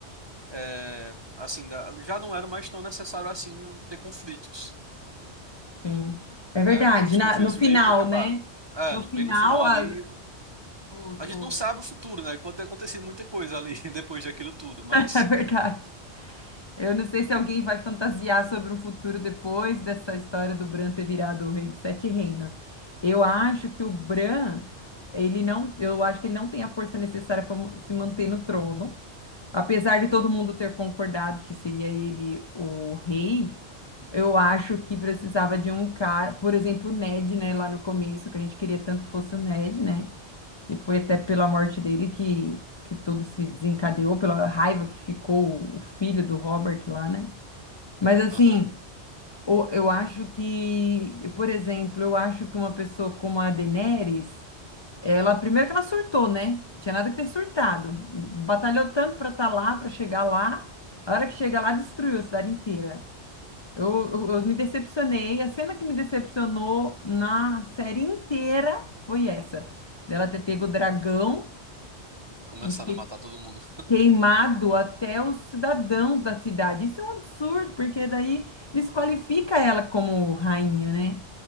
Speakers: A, on the right; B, on the left.
A: é, assim, da- já não era mais tão necessário, assim, ter conflitos.
B: assim. É
A: né?
B: verdade,
A: Meus
B: na-
A: conflitos
B: no final,
A: meio que acabaram.
B: né?
A: É,
B: No
A: no-
B: final,
A: bem no final ali,
B: as- os,
A: a gente
B: os-
A: não sabe o futuro, né? Pode ter acontecido muita coisa ali <laughs> depois daquilo tudo, mas,
B: <laughs> É verdade. Eu não sei se
A: mas-
B: alguém vai fantasiar sobre o futuro depois dessa história do Bran ter virado o rei dos sete reinos. Eu acho que o Bran, ele não, eu acho que ele não tem a força necessária para se manter no trono. Apesar de todo mundo ter concordado que seria ele o rei, eu acho que precisava de um cara, por exemplo, o Ned, né, lá no começo, que a gente queria tanto que fosse o Ned, né? E foi até pela morte dele que, que tudo se desencadeou, pela raiva que ficou o filho do Robert lá, né? Mas assim,
A: aham,
B: o- eu acho que, por exemplo, eu acho que uma pessoa como a Daenerys ela, primeiro que ela surtou, né? Tinha nada que ter surtado. Batalhou tanto pra estar lá, pra chegar lá. A hora que chega lá, destruiu a cidade inteira. Eu, eu, eu me decepcionei. A cena que me decepcionou na série inteira foi essa. Dela ter pego o dragão
A: começaram
B: e ter
A: a matar todo mundo.
B: queimado até os cidadãos da cidade. Isso é um absurdo, porque daí desqualifica ela como rainha, né?